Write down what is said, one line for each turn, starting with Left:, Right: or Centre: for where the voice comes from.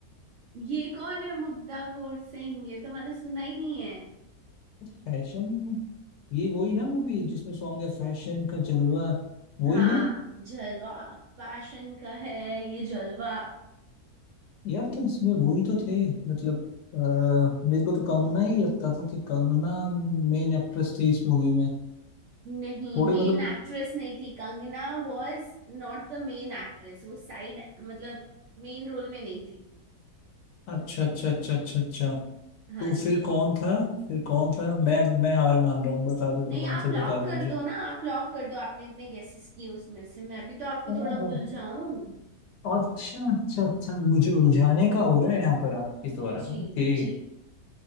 Right: ये कौन है मुग्धा गोर सिंह ये तो मैंने सुना ही नहीं है
Left: फैशन ये वही ना मूवी जिसमें सॉन्ग है फैशन का जलवा वही
Right: हाँ
Left: ना
Right: जलवा फैशन का है ये जलवा
Left: यार तो इसमें वही तो थे मतलब आ, मेरे को तो कंगना ही लगता था कि कंगना मेन एक्ट्रेस थी इस मूवी में
Right: नहीं
Left: थोड़ी
Right: मेन
Left: मतलब
Right: एक्ट्रेस नहीं थी Kangana Was not the main actress वो साइड मतलब मेन रोल में नहीं थी
Left: अच्छा अच्छा अच्छा अच्छा अच्छा
Right: हाँ
Left: तो
Right: जी
Left: फिर कौन था फिर कौन था मैं मैं हार मान रहा हूँ बता दो तुम
Right: नहीं
Left: आंसर
Right: आप लॉक
Left: बता दो
Right: कर
Left: मुझे
Right: दो ना आप लॉक कर दो आपने इतने गेसेस किए उसमें से मैं भी तो आपको
Left: ओहो,
Right: थोड़ा उलझाऊं
Left: अच्छा अच्छा अच्छा मुझे उलझाने का हो रहा है यहाँ पर आपके द्वारा ओके
Right: जी जी